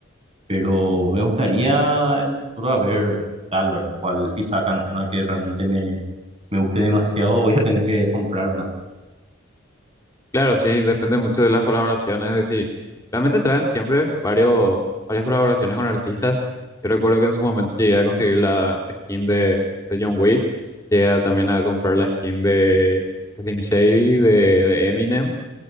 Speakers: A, on the right (about 30°); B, on the left (about 15°).
A: pero me gustaría en el futuro a ver qué tal, ¿verdad? Cuál, si sacan una que realmente me, me guste demasiado, voy a tener que comprar, ¿verdad?
B: Claro, sí, depende mucho de las colaboraciones, es decir, realmente traen siempre varios, varias colaboraciones con artistas. Yo recuerdo que en su momento llegué a conseguir la skin de, de John Wick, llegué a- también a comprar la skin de Slim Shady, de, de Eminem.